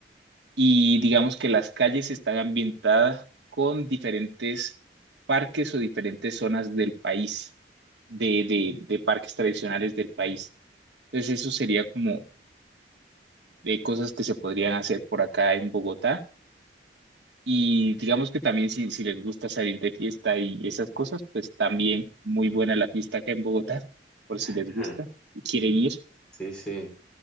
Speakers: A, on the right; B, in the centre.
A: Y digamos que las calles están ambientadas con diferentes parques o diferentes zonas del país, de, de, de parques tradicionales del país. Entonces eso sería como de cosas que se podrían hacer por acá en Bogotá. Y digamos que también si, si les gusta salir de fiesta y esas cosas, pues también muy buena la fiesta acá en Bogotá, por si
B: Ajá.
A: les gusta y quieren ir.
B: Sí, sí.